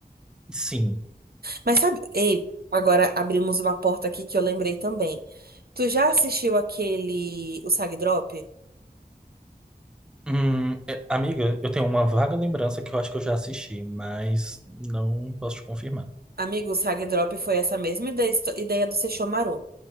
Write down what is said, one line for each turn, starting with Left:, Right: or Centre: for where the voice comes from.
Centre: Sim.
Right: Mas sabe, ei, agora abrimos uma porta aqui que eu lembrei também. Tu já assistiu aquele, o Sag Drop?
Centre: Hum, é- amiga, eu tenho uma vaga lembrança que eu acho que eu já assisti, mas não posso te confirmar.
Right: Amigo, o Sag Drop foi essa mesma ideia, ideia do Sesshomaru.